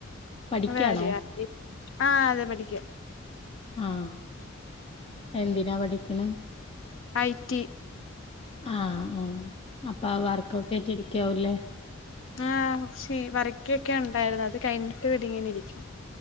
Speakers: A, on the left; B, on the left.
A: പഠിക്കാണോ?
B: വേര്യാ ആ അതെ പഠിക്കാ
A: ആഹ് എന്തിനാ പഠി പിന്നെ
B: ഐറ്റി
A: ആ ആ അപ്പൊ വർക്കൊക്കാട്ടിരി ക്കാവുല്ലേ
B: ആ ഷി വരയ്ക്കൊക്കെണ്ടായിരുന്നു അത് കഴിഞ്ഞിട്ട് ഇവിടിങ്ങിനെരിക്കും